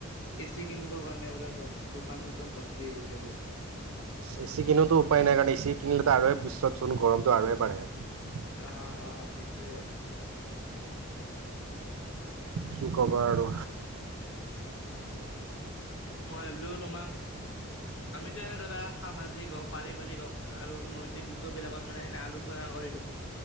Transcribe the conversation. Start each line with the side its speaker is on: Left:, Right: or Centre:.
Left: এচি কিনিবৰ কাৰণে বোলে দ দোকানতো একদম ভৰ্তি হৈ গৈছে বোলে
Right: এ চি কিনোতো উপায় নাই কাৰণ এচি কিনিলো আৰু বিশ্বত চোন গৰমতটো আৰুহে বাঢ়ে
Left: অ অ সেইটোৱে
Right: কি ক'বা আৰু
Left: মই ভাবিলো তোমাক আমিতো এনে ধৰা সামাজিক হওঁক পাৰিবাৰিক হওঁক আৰু নৈতিক বিষয় বিলাকত মানে এনে আলোচনা কৰিলো